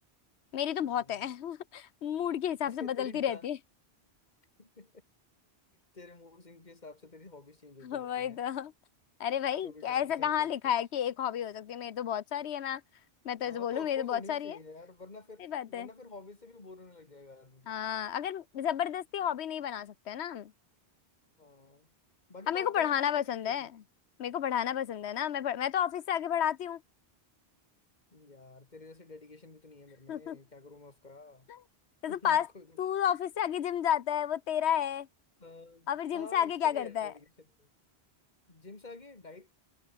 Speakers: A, on the left; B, on the left.
A: मेरी
B: हम्म
A: तो बहुत है <laughs> मूड के हिसाब
B: <laughs> ते,
A: से बदलती
B: तेरी
A: रहती
B: डा
A: है
B: <laughs> तेरे मूड सिंह के हिसाब से तेरी हॉबीज चेंज होती
A: <laughs> वही
B: रहती
A: तो अरे भाई
B: कभी
A: क्या
B: डांसिंग
A: ऐसा कहाँ
B: कभी
A: लिखा
B: कुछ
A: है कि एक हॉबी हो सकती है मेरी तो बहुत सारी है मैम मैं तो
B: हाँ
A: ऐसे बोलूँ
B: तो ऑफकोर्स
A: मेरी तो बहुत
B: होनी
A: सारी
B: भी चाहिए
A: है
B: यार वरना
A: सही
B: फिर
A: बात
B: वरना
A: है
B: फिर हॉबी से भी बोर होने लग जाएगा आदमी को
A: हाँ अगर जबरदस्ती हॉबी नहीं बना सकते ना हम
B: हाँ बाकी
A: अब मेरे
B: पास
A: को पढ़ाना
B: टाइम के लिए क्या
A: पसंद
B: करती है
A: है
B: तू
A: मेरे को पढ़ाना पसंद है ना मैं पढ़, मैं तो ऑफिस से आगे पढ़ाती हूँ
B: यार तेरे जैसे डेडिकेशन भी तो नहीं है मेरे
A: <laughs>
B: में क्या करूँ मैं उसका
A: तो, तो
B: <laughs> मेरे
A: पास
B: को भी
A: तू
B: तो
A: ऑफिस से आगे जिम जाता है वो तेरा है
B: हाँ
A: और फिर जिम
B: हाँ,
A: से आगे
B: उसके
A: क्या
B: लिए
A: करता
B: है डेडिकेशन
A: है
B: जिम से आगे डाइट